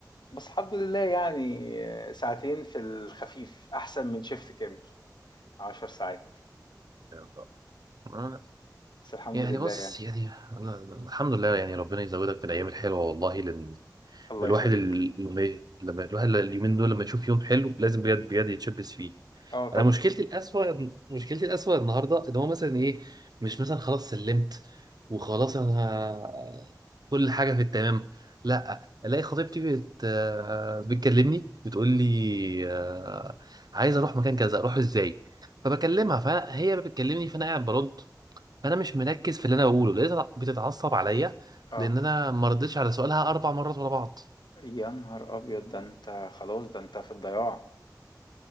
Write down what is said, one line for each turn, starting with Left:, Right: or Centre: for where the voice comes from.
Left: بس الحمد لله يعني ساعتين في الخفيف احسن من شيفت كامل عشر ساعات
Right: يا رب. آه،
Left: بس الحمد
Right: يعني
Left: لله
Right: بص
Left: يعني
Right: يعني أنا الحمد لله يعني ربنا يزودك بالايام الحلوه والله لان
Left: الله
Right: الواحد
Left: يخليك
Right: ال- لما لما الواحد اليومين دول لما يشوف يوم حلو لازم بجد بجد يتشبث فيه
Left: اه طبعا
Right: انا مشكلتي الاسوأ مشكلتي الاسوأ النهارده ان هو مثلا ايه مش مثلا خلاص سلمت وخلاص انا ه- كل حاجه في التمام لا الاقي خطيبتي بت آه، بتكلمني بتقول لي آه، عايز اروح مكان كذا اروح ازاي فبكلمها فهي بتكلمني فانا قاعد برد فانا مش مركز في اللي انا بقوله لقيتها بتتعصب عليا
Left: اه
Right: لان انا ما ردتش على سؤالها اربع مرات ورا بعض
Left: يا نهار ابيض ده انت خلاص ده انت في الضياع